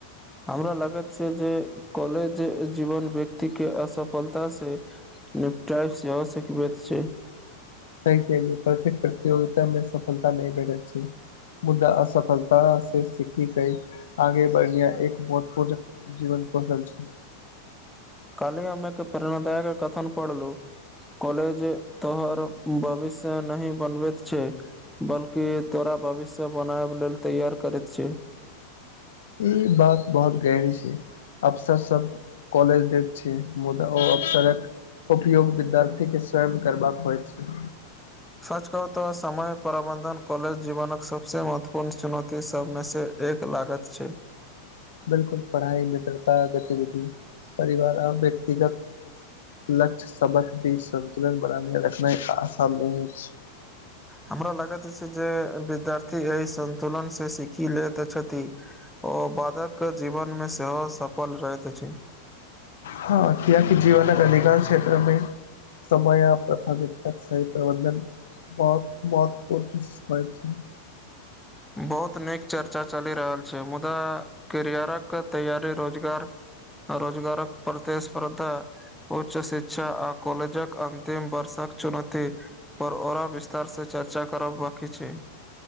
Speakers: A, in the centre; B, on the left (about 60°).
A: हमरा लागैत छै जे कलेज जीवन व्यक्ति के असफलता से। नेपटॉप सेहो सिखबै छै।
B: सही कहलिए केए प्रतेक प्रतियोगिता में सफलता नहि भेठैत छै। मुद्दा असफलता से सीखी गई आगे बढ़लिया एक महुतपूर्ण। जीवन कौशल छै।
A: कालहि हम एक प्रेरणादायक कथन पढ़लु। कॉलेज तोहर भविष्य नही बनबैत छै। बल्कि तोरा भविष्य बनाब लेल तैयार करैत छै।
B: ई बात बहुत गहरी छै अफसर सब। कलज देख छै मुदा ओ अकसरक। उपयोग विद्यार्थी के स्वयं करबाक परै छै।
A: सच कहु त। समय प्रबन्धन कॉलेज जीवनक सभसँ महत्वपूर्ण चुनौती सभमेसँ एक लागत छै।
B: बिलकुल पढ़ाई मित्रता गतिविधि परिवार आ व्यक्तिगत। लक्ष्य सबक बीच संन्तुलन बनाे रखनाइ आसान नहि अछि।
A: हमरा लागैत जे विद्यार्थी एहि संन्तुलन से सीखि लेैत छथि। ओ बादक जीवनमे सेहो सफल रहैत अछि।
B: हँ कियाक जीवन अधिकार क्षेत्रमे। समय प्राथमिकताक सही प्रबंधन। मद मद प्रचस होइ छै।
A: बहुत नीक चर्चा चलि रहल छै मुदा करियारक तैयारी रोजगार। रोजगारक प्रतिस्पर्धा। उच्च शिक्षा आ कॉलेजक अन्तिम वर्षक चुनौती पर आरो विस तार से चर्चा करब बांकी छैय।